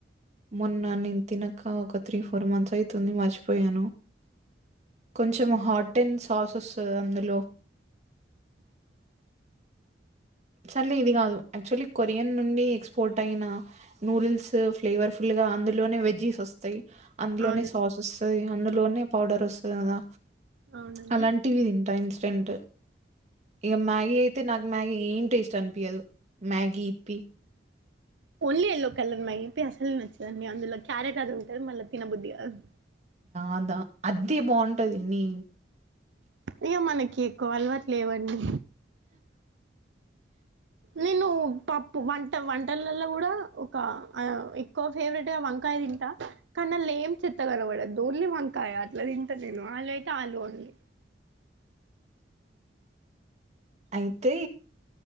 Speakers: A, on the right (about 40°); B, on the right (about 85°).
A: మొన్న నేను తినక ఒక త్రీ ఫోర్ మంత్స్ అయితుంది మర్చిపోయాను కొంచెం హాటు దెన్ సాసస్ అందులో సర్లే ఇవి కాదు ఆక్చుల్లీ కొరియా యన్ నుండి ఎక్స్పోర్ట్ అయిన నూడిల్స్ ఫ్లేవర్ ఫుల్ గా అందులోనే వెజిస్ వస్తాయ్ అందులోనే
B: అవునండి
A: సాస్ వస్తది అందులోనే పౌడర్ వస్తది కదా
B: అవునండి
A: అలాంటివి తింటా ఇన్స్టెంట్ ఇగ మ్యాగీ అయితే నాక్ మ్యాగీ టేస్ట్ అనిపియదు మ్యాగి ఇప్పి
B: ఓన్లీ ఎల్లో కలర్ మ్యాగీ అయితే అసలు నచ్చదండి అందులో క్యారెట్ అది ఉంటది మళ్ళ తినబుద్ధి కాదు
A: ఆదా అద్దె బాగుంటది నీ
B: ఇగ మనకి ఎక్కువ అలవాటు లేవండి నేను పప్పు వంట వంటలల్లో గుడా ఒక ఆ ఎక్కువ ఫేవరెట్ గా వంకాయ తింటా కానీ దాన్ల ఏం చెత్త కనపడదు ఓన్లీ వంకాయ అట్ల తిన్ నేను ఆలు అయితే ఆలు ఓన్లీ
A: అయితే